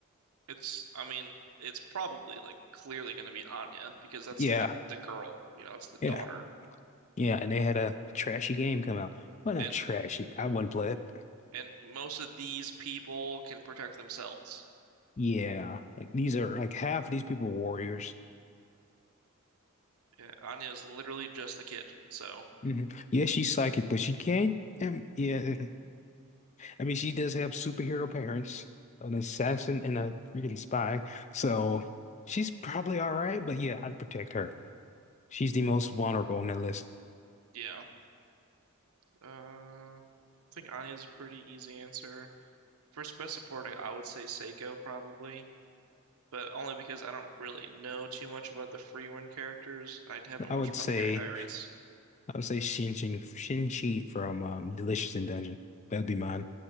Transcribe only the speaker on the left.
Yeah,
yeah,
yeah. And they had a trashy game come out. Well, not
trashy. I wouldn't play it.
Yeah, like these are like half of these people are warriors.
hmm Yeah, she's psychic, but she can't. Um, yeah, I mean, she does have superhero parents, an assassin and a freaking spy. So she's probably all right, but yeah, I'd protect her. She's the most vulnerable on that list.
I
would
say
I would say Shinchi Shin from um, Delicious in Dungeon. That'd be mine.